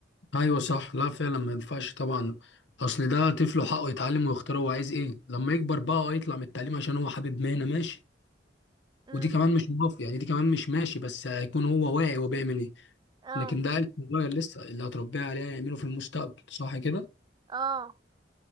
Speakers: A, on the left; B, on the right.
A: ايوه صح لا فعلا ما ينفعش طبعا اصل ده طفله حقه يتعلم ويختار هو عايز ايه لما يكبر بقى آه يطلع من التعليم عشان هو حابب مهنه ماشي
B: امم
A: ودي كمان مش موافق يعني دي كمان مش ماشي بس هيكون هو واعي هو بيعمل ايه
B: اه
A: لكن ده عيل صغير لسه اللي هتربيه عليه هيعمله في المستقبل صح كده
B: اه